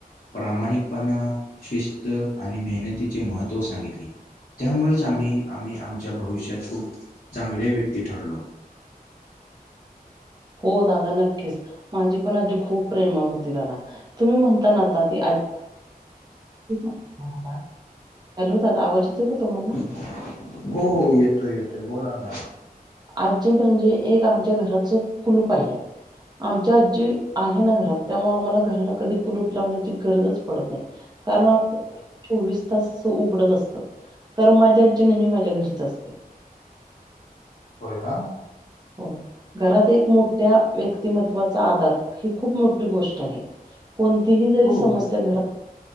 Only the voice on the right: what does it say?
हो दादा नक्कीच. माझी पण आजी खूप प्रेम होती दादा. तुम्ही म्हणता ना ते, <unintelligible> हॅलो दादा, आवाज येतोय का तुम्हाला?
आजी म्हणजे एक आमच्या घराच कुलूप आहे. आमच्या आजी आहे ना घरात, त्यामुळं आम्हाला घराला कधी कुलूप लावण्याची गरजच पडत नाही. कारण आमचं घर चोवीस तास असं उघडंच असतं. कारन माझी आजी नेहमी माझ्या घरीच असते.
हो. घरात एक मोठ्या व्यक्तिमत्वाचा आधार ही खूप मोठी गोष्ट आहे. कोणतीही जरी
समस्या घ